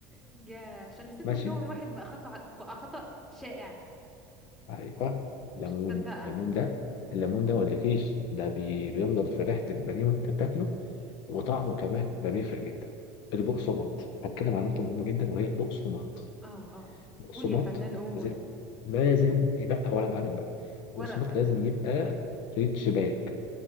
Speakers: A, in the centre; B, on the left.
A: يا عشان نسيت
B: ماشي
A: مكون واحد بقى خطأ بقى خطأ شائع
B: أيوه ليمون
A: مش مصدقة
B: ليمون ده الليمون ده ولا فيش ده بي... بيفضل في ريحة البانيه وأنت بتاكله وطعمه كمان ده بيفرق جدا
A: امم
B: البقسماط هتكلم عن نقطة مهمة جدا وهي البقسماط
A: اه اه
B: البقسماط
A: قول يا فنان قول
B: لازم لازم لا ولا وقلم بقى البقسماط
A: ورق وقلم
B: لازم يبقى
A: قول يا فنان
B: ريتش باك